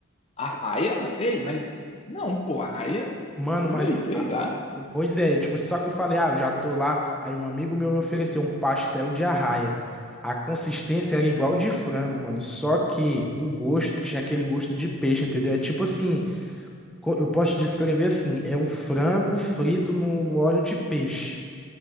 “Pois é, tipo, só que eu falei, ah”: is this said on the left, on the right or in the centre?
Centre